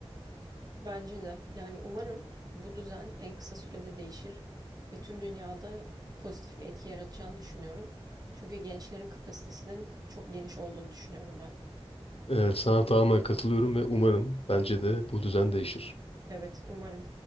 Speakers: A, on the right (about 40°); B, on the left (about 65°).
A: Bence de. Yani umarım bu düzen en kısa sürede değişir ve tüm dünyada pozitif bir etki yaratacağını düşünüyorum. Çünkü gençlerin kapasitesinin çok geniş olduğunu düşünüyorum ben.
B: E, sana tamamen katılıyorum ve umarım bence de bu düzen değişir.
A: Evet, umarım.